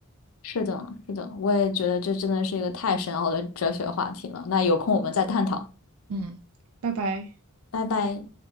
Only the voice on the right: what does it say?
嗯，拜拜。